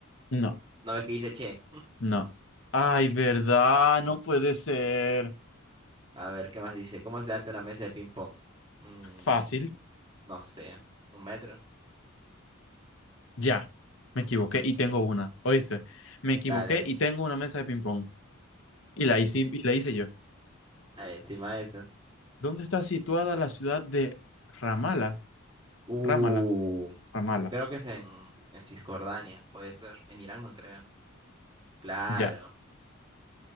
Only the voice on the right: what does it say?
¿No ves que dice Che?
A ver, ¿qué más dice? ¿Cómo es de alto una mesa de ping-pong? Mm,
no sé. ¿Un metro?
Dale.
Ahí encima de eso.
Uh.
Creo que es en, en Cisjordania, puede ser. En Irán no creo. Claro.